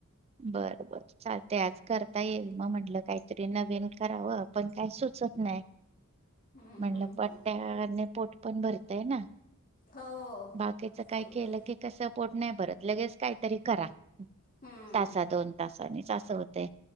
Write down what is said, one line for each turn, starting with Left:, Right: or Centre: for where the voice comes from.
Right: बर बर चाल ते आज करता येईल मग म्हंटलं काहीतरी नवीन करावं पण काय सुचत नाही.
Left: हम्म,
Right: म्हणलं
Left: हम्म,
Right: पट्ट्याने
Left: हम्म.
Right: पोट पण भरतय ना
Left: हो.
Right: बाकीच काही
Left: पोटभर
Right: केलं की का सपोर्ट नाही भरत लगेच काहीतरी करा.
Left: हम्म,
Right: तासा दोन तासानीच असं होते